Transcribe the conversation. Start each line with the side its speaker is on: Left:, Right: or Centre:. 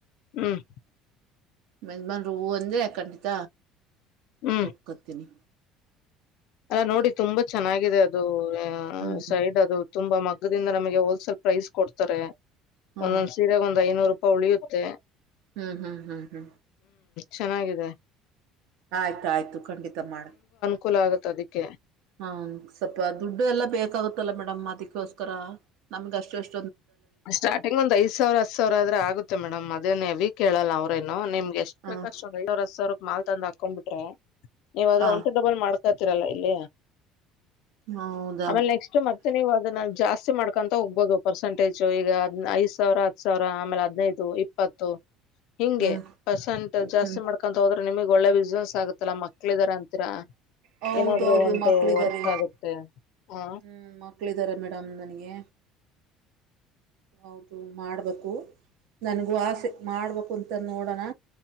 Left: ಹ್ಮ್
Right: ಮಜಮಾನ್ ಹೂವು ಅಂದರೆ ಖಂಡಿತ
Left: ಹ್ಮ್
Right: ಒದಕೊತೀನಿ
Left: ಅಲ್ಲ ನೋಡಿ ತುಂಬಾ ಚೆನ್ನಾಗಿದೆ ಅದು
Right: ಹ್ಮ್
Left: ಸೈಡ್ ಅದು ತುಂಬಾ ಮಗ್ಗದಿಂದ ನಮಗೆ ಹೋಲ್ಸೇಲ್ ಪ್ರೈಸ್ ಕೊಡ್ತಾರೆ
Right: ಹಾ
Left: ಒಂದೊಂದ್ ಸೀರೆಾಗ ಒಂದ್ ಐನೂರು ಹೌಳಿಿಯುತ್ತೆ
Right: ಹ್ಮ್ ಹ್ಮ್ ಹ್ಮ್ ಹ್ಮ್
Left: ಚೆನ್ನಾಗಿದೆ
Right: ಆಯ್ತಾಯಯ್ತು ಖಂಡಿತ ಮಾಡ
Left: ಕುಲ ಆಗುತ್ತ ಅದಕ್ಕೆ
Right: ಹ್ಮ ಸ್ವಲ್ಪ ದುಡ್ಡು ಎಲ್ಲ ಬೇಕಾಗತ್ತಲ್ಲ ಮೇಡಮ್ ಅದಕ್ಕೋಸ್ಕರ ನಮ್ಗ ಅಷ್ಟು ಅಷ್ಟು
Left: ಸ್ಟಾರ್ಟಿಂಗ್ ಒಂದ ಐದ ಸಾವಿರ ಹತ್ ಸಾವಿರ ಆದ್ರೆ ಆಗುತ್ತೆ ಮೇಡಮ್ ಅದೇನ್ವಿ ಕೇಳಲ್ಲ ಅವ್ರೇನುೋ ನಿಮ್ ಎಷ್ಟು
Right: ಹ
Left: ಬೇಕಷ್ಟ ಐವ ಹ ಸಾವರ ರಪಿ ಮಾಲ್ ತಂದ ಹಾಕೊಂಡ್ ಬಿಟ್ರ ನೀವು್್ರ
Right: ಹ
Left: ಒಂಟ ದಬಲ್ ಮಾಡ್ ತ್ರರಲ್ಲ ಇಲ್ಲಯಾ
Right: ಹೌದಾ
Left: ಆಮೇಲೆ ನೆಕ್ಸ್ಟ್ ಮತ್ತೆ ನೀವು ಅದನ್ನ ಜಾಸ್ತಿ ಮಾಡ್ಕೊಂತ ಹೋಗ್ಬೋದು ಪರ್ಸೆಂಟೇಜ್ ಈಗದ್ ಐದ್ ಸಾವಿರ ಹತ್ತು ಸಾವಿರ ಆಮೇಲೆ ಹದ್ಿನೈದು ಇಪ್ಪತ್ತು ಹಿಂಗೆ
Right: ಹ್ಮ್
Left: ಪರ್ಸೆಂಟ್ ಜಾಸ್ತಿ
Right: ಹ್ಮ್
Left: ಮಾಡ್ಕೊ ಹೋದ್ರೆ ನಿಮಗ್ ಒಳ್ಳೆ ಬಿಸ್ನೆಸ್ ಆಗೆ ಮತ್ತಲಾ ಮಕ್ಳಿದಾರ ಅಂತೀರ
Right: ಹೌದೌದು
Left: ಏನಾದ್ರು ಒಂದು
Right: ಮಕ್ಳಿದ್ದಾರೆ
Left: ವರ್ಕ್ ಆಗುತ್ತೆ ಹಾ
Right: ಹ್ಮ್ ಮಕ್ಳ ಇದರ ಮ ಆಡ ನನಗೆ ಹದು ಮಾಡಬೇಕು ನನಗೂ ಆಸೆ ಮಾಡ್ಬೇಕು ಅಂತ ನೋಡೋಣ